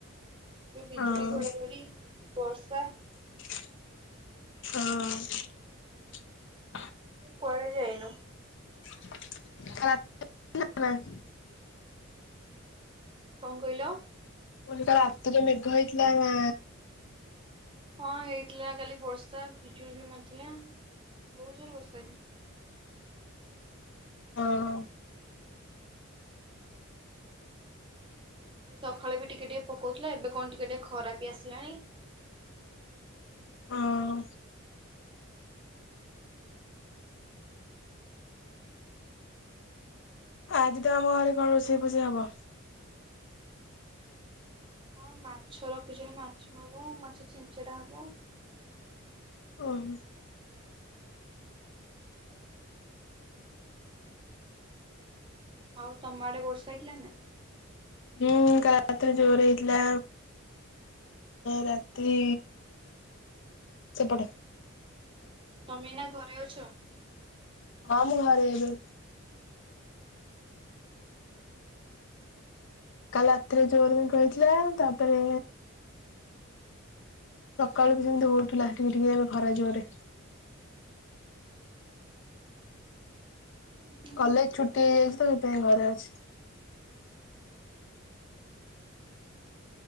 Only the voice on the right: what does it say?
ତ ବିଜୁଳି
ଘଡ଼ଘଡି ବର୍ଷା
କୁଆଡେ ଯାଇନୁ?
କଣ କଇଲ?
ହଁ ହେଇଥିଲା କାଲି ବର୍ଷା ବିଜୁଳି ବି ମାର୍ ଥିଲା ବହୁ ଜୋରରେ ବର୍ଷା
ସଖାଳେ ବି ଟିକେ ଟିକେ ପକଉଥିଲା ଏବେ କଣ୍ ଟିକେ ଟିକେ ଖରା ବି ଆସିଲାଣି।
ଆଉ
ହଁ ମାଛ ରଖିଛ ମାଛ ହବ ମାଛ ଛେଞ୍ଚେଡା ହବ।
ଆଉ ତମ ଆଡେ ବର୍ଷା ହେଇଥିଲା ନା?
ତମେ ଏଇନା ଘରେ ଅଛ?
ଉଁ
ହୁଁ